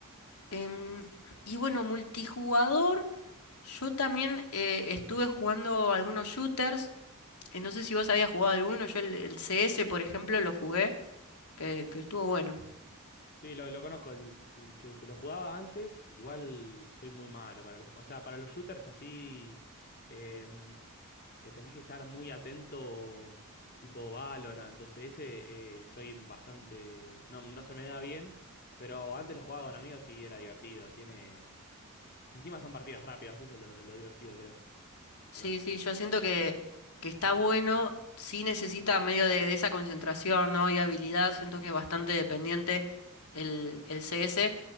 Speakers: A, on the left; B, on the left.
A: Em, y bueno, multijugador, yo también eh, estuve jugando algunos shooters. eh, no sé si vos habías jugado alguno, yo el, el CS, por ejemplo, lo jugué, que, que estuvo bueno.
B: Sí, lo, lo conozco. el- el- sí, sí, lo jugaba antes. Igual soy muy malo para, el- o sea, para los shooters así em, que tenés que estar muy atento, tipo Valorant. Entonces ese eh, soy bastante, no, no se me da bien, pero antes lo jugaba con amigos y era divertido. Tiene, encima son partidas rápidas, eso es lo, lo divertido, creo.
A: Sí,
B: ¿o no?
A: sí, yo siento que, que está bueno, sí necesita medio de, de esa concentración, ¿no? Y habilidad, siento que es bastante dependiente el, el CS,